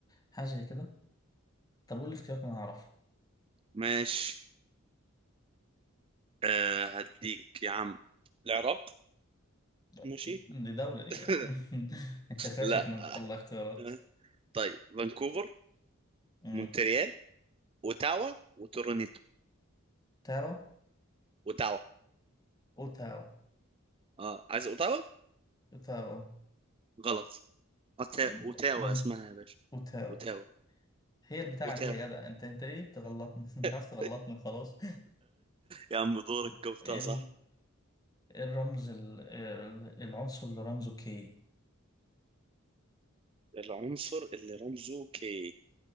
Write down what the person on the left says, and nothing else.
حاجة زي كده طب قول لي اختيارات أنا هعرفها
<laughs>
دي دولة دي
بقى <laughs> أنت فاشل
في إنك تطلع اختيارات
مم.
تاو
أوتاو
أوتاو
يبقى
مون
أوتاو
هي البتاعة
دي يا جدع أنت أنت ليه بتغلطني <laughs> أنت
عايز تغلطني خلاص
<laughs>
إيه
إيه الرمز ال- ال- العنصر اللي رمزه كي